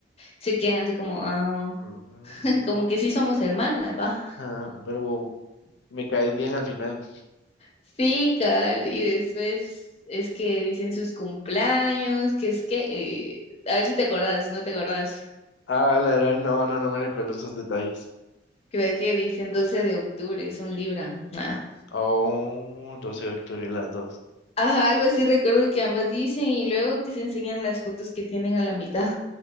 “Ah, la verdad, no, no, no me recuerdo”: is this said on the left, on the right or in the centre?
Left